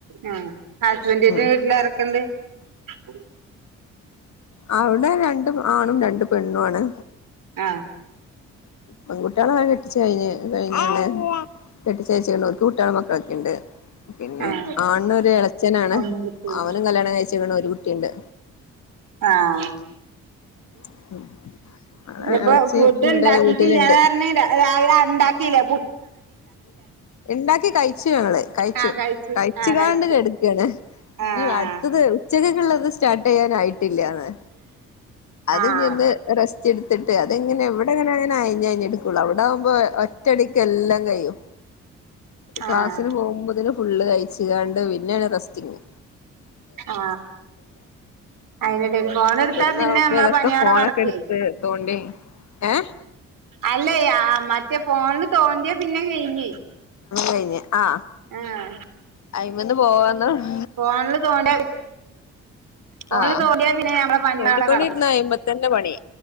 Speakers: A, on the right; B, on the left.
A: ആ ഹസ്ബൻദിന്റെ
B: ഉം
A: വീട്ടില ഇറക്ക കെ
B: <inaudible>
A: <inaudible>
B: അവിടെ രണ്ട ആണും രണ്ട് പെണ്ണും ആണ്
A: ആഹ
B: പെൺുട്ടികള വേഗം കെട്ടിച്ചു കഴിഞ്ഞ് കഴിഞ്ഞ്ണ് കെട്ടിച്ച യച്ചിക്ക്ണ് കൂട്ടള മക്കൊക്ക ഉണ്ട് പിന്നെ
A: ആഹ്
B: ആണ്ണ ഒരു ഇളച്ചനാണ്
A: അതൊന്നും കിട്ടൂല
B: അവനും കല്യാണം കഴച്ച ഒരു കുട്ട തിണ്ട്
A: ആഹ
B: <inaudible>
A: ഇന്ന് പ്പൊ
B: എളച്ചി
A: ഫുഡ്
B: ഇന്റെ
A: ഉണ്ടാക്കിട്ടില്ലന്ന്
B: വീട്ടിലുണ്ട്
A: പറഞ്ഞ രാവിലെ ആ ഉണ്ടാക്കില്ല
B: ഉണ്ടാക്കി കഴിച്ചു ഞങ്ങള് കഴിച്ചു
A: ആഹ്
B: കഴിച്ചുകാണ്ട്
A: ആഹ് കഴിച്ചു
B: കടുക്കാണ് ഇനി
A: ആഹ്
B: അടുത്തത് ഉച്ചകക്കുള്ളത് സ്റ്റാർട്ട് ചെയ്യാനായിട്ടില്ലന്ന് അത്
A: ആഹ്
B: ഞ്ഞ്ന്ന്
A: അതെ
B: റസ്റ്റ് എടുത്തിട്ട് അതെങ്ങനെ എവിടെങ്ങനെ അങ്ങനെ അയിഞ്ഞഞ്ഞ എടുക്കുള്ളു അവിടെ ആവുമ്പോ ഒറ്റടിക്ക് എല്ലാം കഴിയും
A: ആഹ്
B: ക്ലാസ്സിന് പോകുമ്പോത്തിന് ഫുള്ള് കഴിച്ച് സിതാണ്ട് പിന്നെയാണ് റെസ്റ്റിങ്ങ്
A: ആ അയിന്റെ ലി ഫോൺ എടുത്താ
B: ഇവിടന്നാവുമ്പോ
A: പിന്നെ നമ്മള
B: ഇതൊക്കെ
A: പിയടെ
B: ഫോണൊക്കെ
A: കിടക്ക
B: എടുത്ത് തോണ്ടി ഏഹ്
A: അല്ല മറ്റേ ഫോണില് തോണ്ടിയ പിന്നെ കഴിഞ്ഞേ
B: കഴിഞ്ഞഞ് ആ
A: ആഹ
B: അയി്മന്ന് പോവാന്ന് തോ
A: പോണല് തോണ്ട ഫോണില്
B: ആഹ്
A: തോടിയാ പിന്നെ ഞമ്മെ പണിയാടെ
B: തോണ്ടിക്കൊണ്ടിരുന്ന
A: കിടക്കും
B: അയിമത്തന്നെ പണി